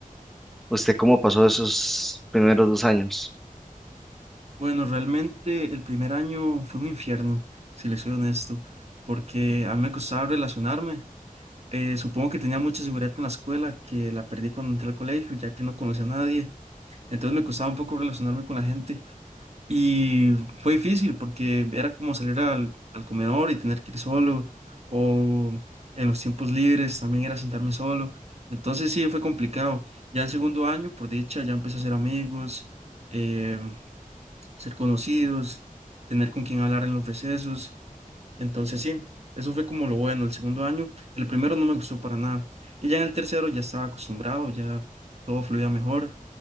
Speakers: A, in the centre; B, on the right.
A: ¿Usted cómo pasó esos primeros dos años?
B: Bueno, realmente el primer año fue un infierno, si le soy honesto, porque a mí me costaba relacionarme Eh, supongo que tenía mucha seguridad en la escuela, que la perdí cuando entré al colegio, ya que no conocía a nadie. Entonces me costaba un poco relacionarme con la gente. Y fue difícil porque era como salir al, al comedor y tener que ir solo. O en los tiempos libres también era sentarme solo. Entonces sí, fue complicado. Ya en segundo año, por dicha, ya empecé a hacer amigos, eh, ser conocidos, tener con quien hablar en los recesos. Entonces sí, eso fue como lo bueno el segundo año. El primero no me gustó para nada. Y ya en el tercero ya estaba acostumbrado, ya todo fluía mejor.